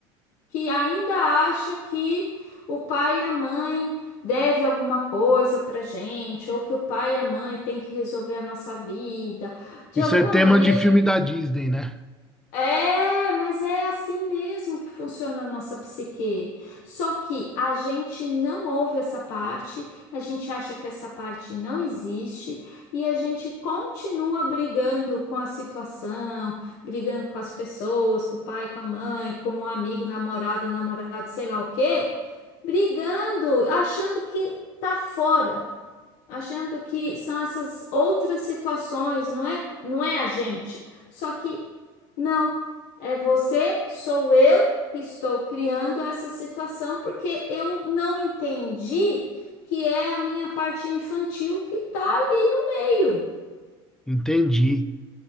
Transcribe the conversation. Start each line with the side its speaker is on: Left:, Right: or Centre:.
Left: que ainda acha que o pai e a mãe devem alguma coisa pra gente, ou que o pai e a mãe têm que resolver a nossa vida. De
Centre: Isso
Left: alguma
Centre: é tema
Left: maneira,
Centre: de filme da Disney, né?
Left: é, mas é assim mesmo que funciona a nossa psique. Só que a gente não ouve essa parte, a gente acha que essa parte não existe e a gente continua brigando com a situação, brigando com as pessoas, com o pai, com a mãe, com o amigo, namorada, namorado, sei lá o quê, brigando, achando que tá fora, achando que são essas outras situações, não é, não é a gente. Só que não, é você, sou eu que estou criando essa situação porque eu não entendi que é a minha parte infantil que tá ali no meio,
Centre: Entendi.